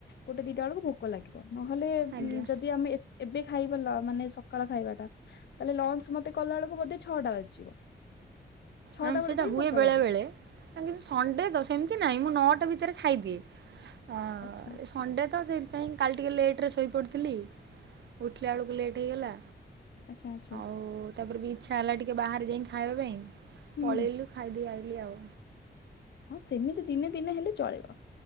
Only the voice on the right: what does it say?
ଆଜ୍ଞା
ମ୍ୟାମ୍ ସେଇଟା
ହୁଏ
ବେଳେ
ବେଳେ। କିନ୍ତୁ ସଣ୍ଡେ ତ ସେମିତି ନାହିଁ ମୁଁ ନଅଟା ଭିତରେ ଖାଇଦିଏ ହଁ।
ସଣ୍ଡେ ତ ସେଇଥିପାଇଁ କାଲି ଟିକେ ଲେଟ୍ ରେ ଶୋଇପଡିଥିଲି। ଉଠିଲା ବେଳକୁ ଲେଟ୍ ହେଇଗଲା।
ଓ ତାପରେ ବି ଇଚ୍ଛା ହେଲା ଟିକେ ବାହାରେ ଯାଇଁ ଖାଇବା ପାଇଁ
ପଳେଇଲୁ ଖାଇଦେଇ ଆଇଲି ଆଉ।